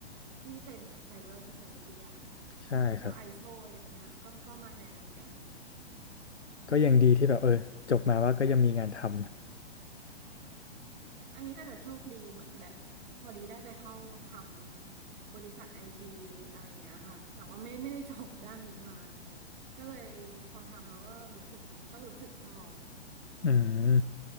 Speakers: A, on the right; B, on the left.
A: ที่เป็นแบบ Cyber Security อะค่ะ
B: ใช่ครับ
A: ทั่ว ISO อเอสโออะไรอย่างเงี้ยก็ก็มาแรงเหมือนกัน
B: ก็ยังดีที่แบบเออจบมาว่าก็ยังมีงานทำ
A: อันนี้อาจจะโชคดีเหมือนแบบพอดีได้ไปเข้าทำบริษัทไอทีอะไรอย่างเงี้ยค่ะแต่ว่าไม่ไม่ได้จบด้านนี้มาก็เลยพอทำแล้วก็รู้สึกก็รู้สึกชอบ
B: <laughs> อืม